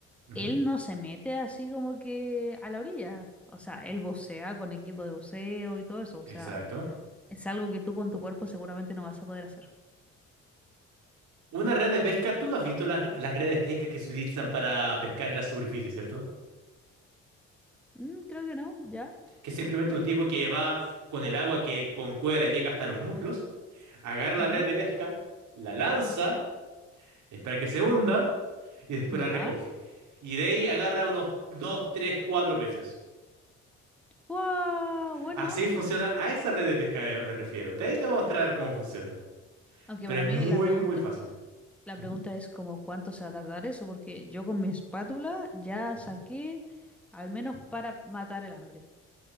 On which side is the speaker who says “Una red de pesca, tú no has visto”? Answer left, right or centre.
Right